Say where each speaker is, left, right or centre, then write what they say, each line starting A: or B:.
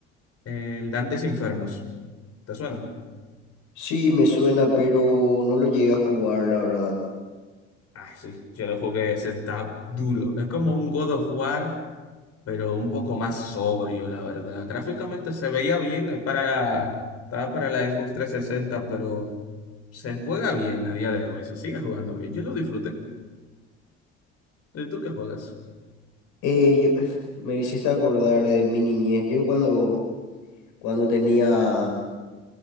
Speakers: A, on the left; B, on the left.
A: El Dantes Infernos, ¿te suena?
B: Sí, me suena, pero no lo llegué a jugar, la verdad.
A: Ah, sí, yo lo jugué, ese está duro. Es como un God of War, pero un poco más sobrio, la verdad. Gráficamente se veía bien, es para, estaba para la Xbox 360, pero se juega bien a día de hoy, se sigue jugando bien. Yo lo disfruté. ¿Y tú qué juegas?
B: Eh, yo, <sighs> me hiciste acordar de mi niñez. Yo cuando Cuando tenía